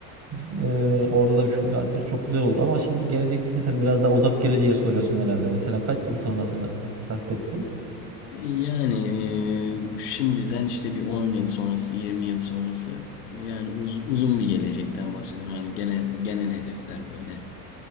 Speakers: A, on the right (about 35°); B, on the left (about 80°).
A: biz- e, orada da bir şube açsak çok güzel olur ama şimdi gelecek deyince sen biraz daha uzak geleceğe soruyorsun herhalde. Mesela kaç yıl sonrasını kastettim?
B: Yani e, şimdiden işte bir 10 yıl sonrası, 20 yıl sonrası. Yani uz- uzun bir gelecekten bahsediyorum. Hani gelen genel hedefler böyle.